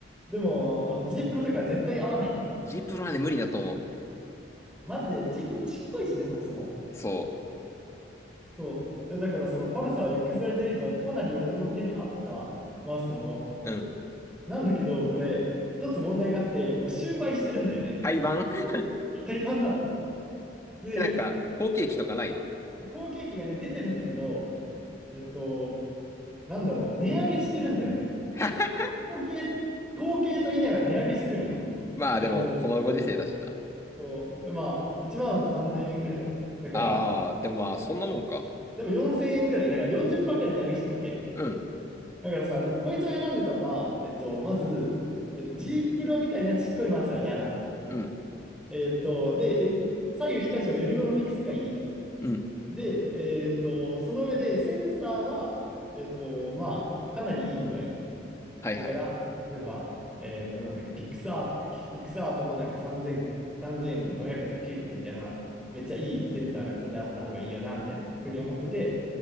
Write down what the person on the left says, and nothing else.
G プロはね、無理だと思
う。そ
う。うん。
廃盤 <laughs>
え、なんか、後継機とかないの
<laughs>
まあでも、
このご時世だしな。
ああ、でもまあ、そんなもんか。
うん、
うん、
うん。
はいはい。